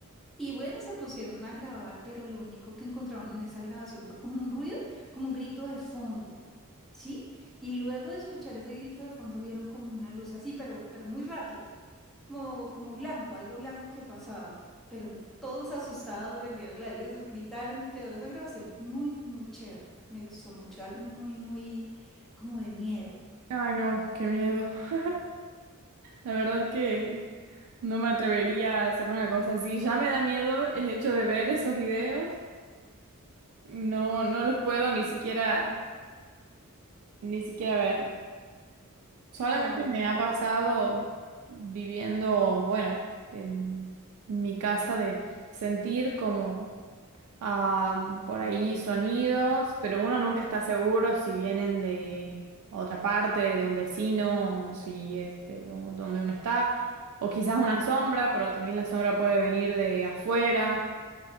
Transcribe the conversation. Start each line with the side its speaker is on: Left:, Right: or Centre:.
Centre: Y bueno, se pusieron a grabar, pero lo único que encontraron en esa grabación fue como un ruido, como un grito de fondo, ¿sí? Y luego de escuchar ese grito de fondo vieron como una luz así, pero, pero muy rápida, como, como blanco, algo blanco que pasaba. Pero todos asustados prendieron las luces, gritaron, quedó esa grabación muy, muy chévere. Me gustó mucho, algo muy, muy como de miedo.
Right: Ay, no, qué miedo. <laughs> La verdad que no me atrevería a hacer una cosa así. Ya me da miedo el hecho de ver esos videos. No, no los puedo ni siquiera, ni siquiera ver. Solamente
Centre: Claro,
Right: me
Centre: sí.
Right: ha pasado viviendo, bueno, en mi casa de sentir como Am, por ahí sonidos, pero uno nunca está seguro si vienen de otra parte, de un vecino, o si es de do- donde uno está, o quizás una sombra, pero también la sombra puede venir de afuera,